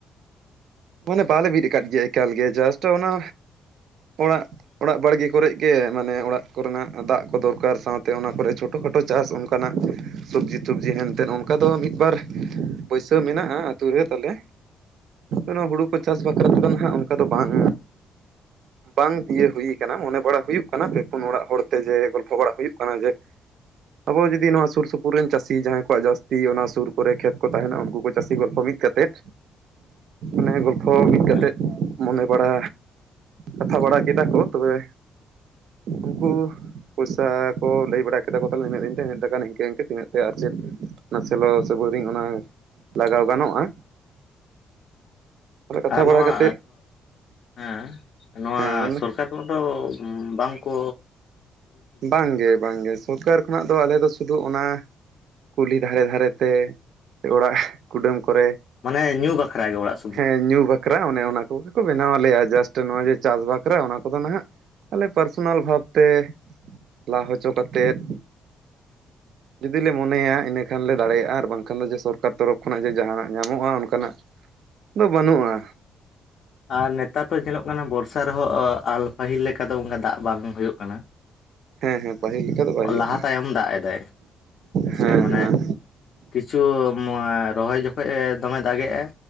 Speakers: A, on the right (about 70°); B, on the left (about 60°).
A: ᱢᱟᱱᱮ ᱵᱟᱞᱮ ᱵᱤᱫ ᱟᱠᱟᱫ ᱜᱮᱭᱟ ᱮᱠᱟᱞ ᱜᱮ ᱡᱟᱥᱴ ᱚᱱᱟ ᱚᱲᱟᱜ ᱚᱲᱟᱜ ᱵᱟᱲᱜᱮ ᱠᱚᱨᱮ ᱜᱮ ᱢᱟᱱᱮ ᱚᱲᱟᱜ ᱠᱚᱨᱮᱱᱟᱜ ᱫᱟᱜ ᱠᱚ ᱫᱚᱨᱠᱟᱨ ᱥᱟᱶᱛᱮ ᱚᱱᱟ ᱠᱚᱨᱮ ᱪᱷᱳᱴᱳ ᱠᱷᱟᱴᱚ ᱪᱟᱥ ᱚᱱᱠᱟ ᱚᱱᱠᱟᱱᱟᱜ ᱥᱚᱵᱽᱡᱤ ᱛᱚᱵᱽᱡᱤ ᱦᱮᱱᱛᱮᱱ ᱚᱱᱠᱟ ᱫᱚ ᱢᱤᱫ ᱵᱟᱨ ᱯᱩᱭᱥᱟᱹ ᱢᱮᱱᱟᱜᱼᱟ ᱟᱹᱛᱳ ᱨᱮ ᱛᱟᱞᱮ ᱚᱱᱟ ᱦᱳᱲᱳ ᱠᱚ ᱪᱟᱥ ᱵᱟᱠᱷᱨᱟ ᱛᱮᱫᱚ ᱱᱷᱟᱜ ᱚᱱᱠᱟ ᱫᱚ ᱵᱟᱝ ᱵᱟᱝ ᱫᱤᱭᱟᱹ ᱦᱩᱭ ᱟᱠᱟᱱᱟ ᱢᱚᱱᱮ ᱵᱟᱲᱟ ᱦᱩᱭᱩᱜ ᱠᱟᱱᱟ ᱯᱮ ᱯᱩᱱ ᱚᱲᱟᱜ ᱦᱚᱲ ᱛᱮ ᱡᱮ ᱜᱚᱞᱯᱷᱚ ᱵᱟᱲᱟ ᱦᱩᱭᱩᱜ ᱠᱟᱱᱟ ᱡᱮ ᱟᱵᱚ ᱡᱩᱫᱤ ᱱᱚᱣᱟ ᱥᱩᱨ ᱥᱩᱯᱩᱨ ᱨᱮᱱ ᱪᱟᱹᱥᱤ ᱡᱟᱦᱟᱸᱭ ᱠᱚᱣᱟᱜ ᱡᱟᱹᱥᱛᱤ ᱚᱱᱟ ᱥᱩᱨ ᱠᱚᱨᱮ ᱠᱷᱮᱛ ᱠᱚ ᱛᱟᱦᱮᱱᱟ ᱩᱱᱠᱩ ᱠᱚ ᱪᱟᱹᱥᱤ ᱜᱚᱞᱯᱷᱚ ᱢᱤᱫ ᱠᱟᱛᱮᱫ ᱢᱟᱱᱮ ᱜᱚᱞᱯᱷᱚ ᱢᱤᱫ ᱠᱟᱛᱮᱫ
B: ᱦᱮᱸ
A: ᱢᱚᱱᱮ ᱵᱟᱲᱟ ᱠᱟᱛᱷᱟ ᱵᱟᱲᱟ ᱠᱮᱫᱟ ᱠᱚ ᱛᱚᱵᱮ ᱩᱱᱠᱩ ᱯᱚᱭᱥᱟ ᱠᱚ ᱞᱟᱹᱭ ᱵᱟᱲᱟ ᱠᱮᱫᱟ ᱠᱚ ᱛᱟᱦᱚᱞᱮ ᱤᱱᱟᱹᱜ ᱫᱤᱱ ᱛᱮ ᱤᱱᱟᱹᱜ ᱴᱟᱠᱟ ᱱᱤᱝᱠᱟᱹ ᱤᱱᱠᱟᱹ ᱛᱤᱱᱟᱹᱜ ᱟᱨ ᱪᱮᱫ ᱚᱱᱟ ᱥᱮᱞᱳ ᱥᱮ ᱵᱚᱭᱨᱤᱝ ᱚᱱᱟ ᱞᱟᱜᱟᱣ ᱜᱟᱱᱚᱜᱼᱟ ᱛᱟᱦᱚᱞᱮ ᱠᱟᱛᱷᱟ
B: ᱟᱨ
A: ᱵᱟᱲᱟ
B: ᱱᱚᱣᱟ
A: ᱠᱟᱛᱮᱫ
B: ᱦᱮᱸ ᱱᱚᱣᱟ
A: ᱦᱮᱸ
B: ᱥᱚᱨᱠᱟᱨ ᱦᱚᱲ ᱫᱚ ᱵᱟᱝ ᱠᱚ
A: ᱵᱟᱝᱜᱮ ᱵᱟᱝᱜᱮ ᱥᱚᱨᱠᱟᱨ ᱠᱷᱚᱱᱟᱜ ᱫᱚ ᱟᱞᱮ ᱫᱚ ᱥᱩᱫᱩ ᱚᱱᱟ ᱠᱩᱞᱦᱤ ᱫᱷᱟᱨᱮ ᱫᱷᱟᱨᱮ ᱛᱮ ᱥᱮ ᱚᱲᱟᱜ ᱠᱩᱰᱟᱹᱢ ᱠᱚᱨᱮ
B: ᱢᱟᱱᱮ ᱧᱩ ᱵᱟᱠᱷᱨᱟ ᱜᱮ ᱚᱲᱟᱜ ᱥᱩᱢᱩᱝ
A: ᱦᱮᱸ ᱧᱩ ᱵᱟᱠ ᱵᱟᱠᱷᱨᱟ ᱚᱱᱮ ᱚᱱᱟ ᱠᱚᱜᱮ ᱠᱚ ᱵᱮᱱᱟᱣ ᱟᱞᱮᱭᱟ ᱡᱟᱥᱴ ᱱᱚᱣᱟ ᱡᱮ ᱪᱟᱥ ᱵᱟᱠᱷᱨᱟ ᱚᱱᱟ ᱠᱚᱫᱚ ᱱᱟᱦᱟᱸᱜ ᱟᱞᱮ ᱯᱟᱨᱥᱚᱱᱟᱞ ᱵᱷᱟᱵᱽ ᱛᱮ ᱞᱟ ᱦᱚᱪᱚ ᱠᱟᱛᱮᱫ ᱡᱩᱫᱤ ᱞᱮ ᱢᱚᱱᱮᱭᱟ ᱤᱱᱟᱹ ᱠᱷᱟᱱᱞᱮ ᱫᱟᱲᱮᱭᱟᱜᱼᱟ ᱟᱨ ᱵᱟᱝᱠᱷᱟᱱ ᱫᱚ ᱡᱮ ᱥᱚᱨᱠᱟᱨ ᱛᱚᱨᱚᱯᱷ ᱠᱷᱚᱱᱟᱜ ᱡᱮ ᱡᱟᱦᱟᱱᱟᱜ ᱧᱟᱢᱚᱜᱼᱟ ᱚᱱᱠᱟᱱᱟᱜ ᱫᱚ ᱵᱟᱹᱱᱩᱜᱼᱟ
B: ᱟᱨ ᱱᱮᱛᱟᱨ ᱛᱚ ᱧᱮᱞᱚᱜ ᱠᱟᱱᱟ ᱵᱚᱨᱥᱟ ᱨᱮᱦᱚᱸ ᱟᱞᱯᱟᱹᱦᱤᱞ ᱞᱮᱠᱟ ᱫᱚ ᱚᱱᱠᱟ ᱫᱟᱜ ᱵᱟᱝ ᱦᱩᱭᱩᱜ ᱠᱟᱱᱟ
A: ᱦᱮᱸ ᱦᱮᱸ ᱯᱟᱹᱦᱤᱞ ᱞᱮᱠᱟ ᱫᱚ ᱵᱟᱭ ᱦᱩᱭᱩᱜ
B: ᱞᱟᱦᱟ ᱛᱟᱭᱚᱢ ᱫᱟᱜ ᱮᱫᱟᱭ
A: ᱠᱟᱱᱟ
B: ᱥᱮ
A: ᱦᱮᱸ
B: ᱢᱟᱱᱮ
A: ᱦᱮᱸ
B: ᱠᱤᱪᱷᱩ ᱨᱚᱦᱚᱭ ᱡᱚᱠᱷᱚᱡ ᱫᱚᱢᱮ ᱫᱟᱜ ᱮᱼᱟᱭ